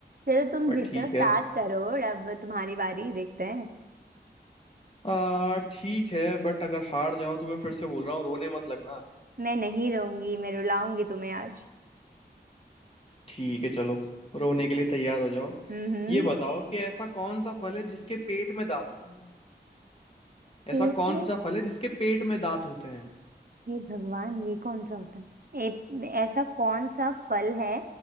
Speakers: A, on the right; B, on the left.
A: चलो तुम
B: पर
A: जीते
B: ठीक
A: हो सात
B: है
A: करोड़ अब तुम्हारी बारी देखते हैं
B: आ ठीक है बट अगर हार जाओ तो मैं फिर से बोल रहा हूँ रोने मत लगना
A: मैं नहीं रहूंगी मैं रुलाऊंगी तुम्हें आज
B: ठीक है चलो रोने के लिए तैयार हो जाओ
A: हम्म हम्म।
B: ये बताओ कि ऐसा कौन सा फल है जिसके पेट में दांत होते
A: पेट
B: ऐसा कौन
A: में
B: सा फल है जिसके पेट में दांत होते हैं
A: हे भगवान ये कौन सा होता है ए, ऐसा कौन सा फल है